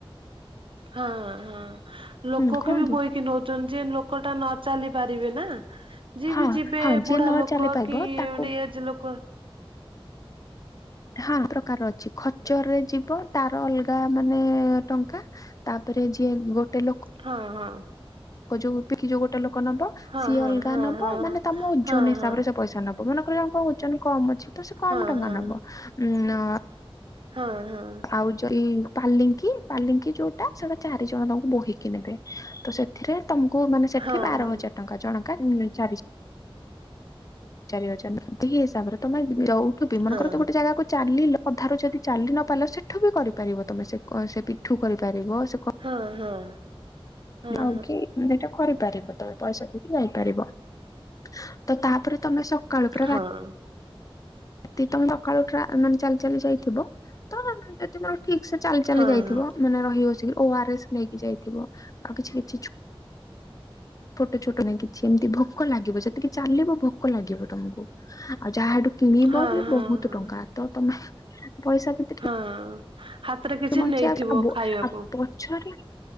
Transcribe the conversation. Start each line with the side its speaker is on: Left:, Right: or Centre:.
Right: ହଁ ହଁ। ଲୋକକୁ
Left: ହୁଁ କୁହନ୍ତୁ
Right: ବି ବୋହିକି ନଉଛନ୍ତି ଯେ ଲୋକଟା ନ ଚାଲି ପାରିବେ ନା ଯିଏ
Left: ହଁ
Right: ବି ଯିବେ
Left: ହଁ ଯିଏ
Right: ବୁଢା
Left: ନ
Right: ଲୋକ
Left: ଚାଲି ପାରିବ
Right: କି
Left: ତାକୁ
Right: ଗୋଟେ ଏଜ ଲୋକ
Left: ହଁ ପ୍ରକାର ଅଛି ଖର୍ଚ୍ଚରରେ ଯିବ ତାର ଅଲଗା ମାନେ ଟଙ୍କା। ତାପରେ ଯିଏ ଗୋଟେ ଲୋକ
Right: ହଁ ହଁ।
Left: ଅ ଯୋଉ ବୋହିକି ଗୋଟେ ଲୋକ ନବ
Right: ହଁ
Left: ସିଏ ଅଲଗା
Right: ହଁ
Left: ନବ
Right: ହଁ
Left: ମାନେ ତମ ଓଜନ ହିସାବରେ
Right: ହଁ
Left: ସ ପଇସା ନବ ମନେକର ୟାଙ୍କୁ ଓଜନ କମ ଅଛି ତ ସେ କମ
Right: ହଁ
Left: ଟଙ୍କା
Right: ହଁ
Left: ନବ ଉଁ ଅ
Right: ହଁ ହଁ।
Left: ଆଉ ଜୋ ଏଇ ପାଲିଙ୍କି ପାଲିଙ୍କି ଯୋଉଟା ସେଟା ଚାରି ଜଣ ତମକୁ ବୋହିକି ନେବେ। ତ ସେଥିରେ ତମକୁ ମାନେ ସେଠି
Right: ହଁ ହଁ
Left: ବାର ହଜାର ଟଙ୍କା ଜଣଙ୍କା ଉଁ ଚାରି ଚାରି ହଜାର ଏତିକି ହିସାବରେ ତମେ ଯଉଠୁ ବି ମନେକର
Right: ହଁ
Left: କର ତ ଗୋଟେ ଜାଗା କୁ ଚାଲି ଲ ଅଧାରୁ ଯଦି ଚାଲି ନ ପାରିଲ ସେଠୁ ବି କରିପାରିବ ତମେ ସେ କ ସେ ପିଠୁ କରିପାରିବ ସେ କ
Right: ହଁ ହଁ। ହଁ ହଁ ହଁ ହଁ
Left: ଆଉ କିଏ ଏଇଟା କରିପାରିବ ତମେ ପଇସା ଦେଇକି ଯାଇପାରିବ। ତ ତାପରେ ତମେ ସକାଳୁ ପୁରା
Right: ହଁ
Left: ରାତ
Right: ହଁ।
Left: ଯଦି ତମେ ସକାଳୁ ଉଠି ଆ ମାନେ ଚାଲି ଚାଲି ଯାଇଥିବ ତ ଯଦି ତେ ଠିକ ସେ ଚାଲି ଚାଲି
Right: ହଁ
Left: ଯାଇଥିବ। ମାନେ ରହିିଓଛି ଓ ଆର ଏସ୍ ନେଇକି ଯାଇଥିବ ଆଉ କିଛି କିଛି ଛୋଟ ଛୋଟ ନାଇଁ କିଛି ଏମିତି ଭୋକ ଲାଗିବ ଯେତିକି ଚାଲିବ ଭୋକ ଲାଗିବ ତମକୁ ଆଉ ଯାହା ଏଠୁ କିଣିବ
Right: ହଁ
Left: ବି
Right: ହଁ
Left: ବହୁତ
Right: ହଁ
Left: ଟଙ୍କା ତ ତମେ ପଇସା ପ୍ରତି
Right: ହଁ। ହାତରେ କିଛି
Left: ତମ ଇଚ୍ଛା
Right: ନେଇଥିବ
Left: ଛି ଆଉ ବୋ
Right: ଖାଇବାକୁ।
Left: ଆଉ ପଛରେ